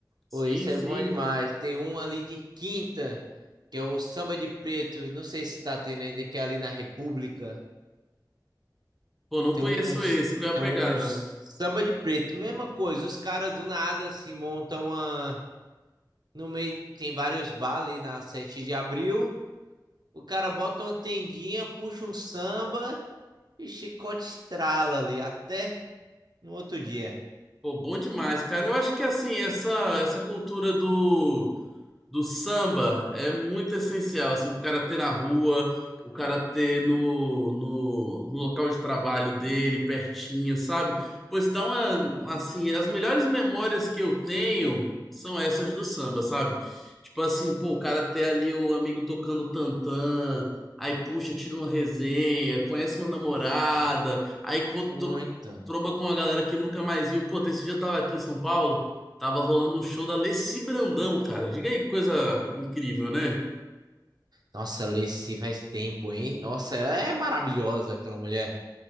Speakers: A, in the centre; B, on the right (about 65°).
A: Sim,
B: Pô, isso
A: sim.
B: é bom demais. Tem um ali de quinta, que é o Samba de Preto. Não sei se tá tendo ainda, que é ali na República.
A: Pô, não
B: Tem
A: conheço
B: uns,
A: esse, qual é a
B: tem
A: pegada?
B: uns samba de preto. Mesma coisa, os caras do nada se montam uma. No meio, tem vários bares na 7 de abril. O cara bota uma tendinha, puxa um samba E chicote estrala ali até no outro dia.
A: Pô, bom demais, cara. Eu acho que assim, essa essa cultura do do samba é muito essencial, assim, pro cara ter na rua, o cara ter no, no, no local de trabalho dele, pertinho, sabe? Pois então, a- assim, as melhores memórias que eu tenho são essas do samba, sabe? Tipo assim, pô, o cara ter ali o amigo tocando tantã, aí puxa, tira uma resenha, conhece uma namorada,
B: Exato.
A: aí encontra,
B: Muito.
A: tromba com uma galera que nunca mais viu. Pô, esse dia eu tava aqui em São Paulo. Tava rolando um show da Leci Brandão, cara. Diga aí que coisa incrível, né?
B: Nossa, Lacey faz tempo, hein? Nossa, ela é maravilhosa, aquela mulher.